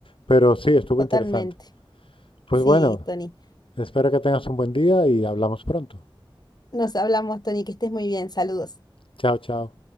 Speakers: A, on the left; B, on the left.
A: Pero sí, estuvo
B: totalmente.
A: interesante. Pues
B: Sí,
A: bueno,
B: Tony.
A: espero que tengas un buen día y hablamos pronto.
B: Nos hablamos, Tony, que estés muy bien. Saludos.
A: Chao, chao.